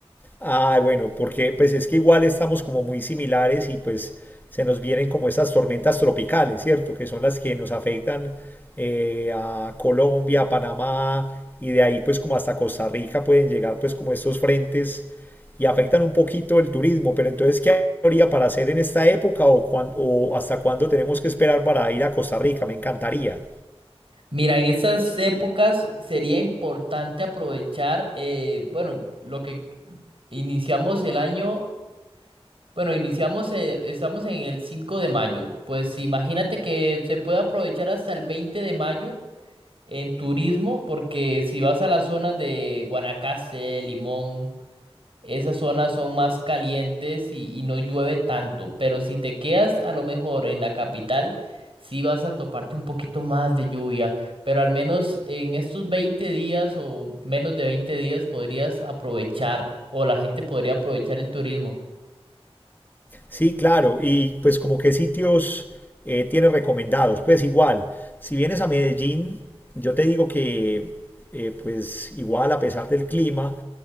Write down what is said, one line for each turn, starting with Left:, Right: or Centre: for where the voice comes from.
Left: Ah, bueno, porque pues es que igual estamos como muy similares y pues se nos vienen como esas tormentas tropicales, ¿cierto? Que son las que nos afectan eh, a Colombia, a Panamá y de ahí pues como hasta Costa Rica pueden llegar pues como estos frentes y afectan un poquito el turismo, pero entonces ¿qué habría para hacer en esta época o, cuan- o hasta cuándo tenemos que esperar para ir a Costa Rica? Me encantaría.
Right: Mira, en estas épocas sería importante aprovechar, eh, bueno, lo que iniciamos el año, bueno, iniciamos, eh, estamos en el 5 de mayo, pues imagínate que se puede aprovechar hasta el 20 de mayo en turismo, porque si vas a las zonas de Guanacaste, Limón, esas zonas son más calientes y, y no llueve tanto, pero si te quedas a lo mejor en la capital, sí vas a toparte un poquito más de lluvia, pero al menos en estos 20 días o menos de 20 días podrías aprovechar o la gente podría aprovechar el turismo.
Left: Sí, claro, y pues como qué sitios eh, tienes recomendados, pues igual, si vienes a Medellín, yo te digo que eh, pues igual a pesar del clima,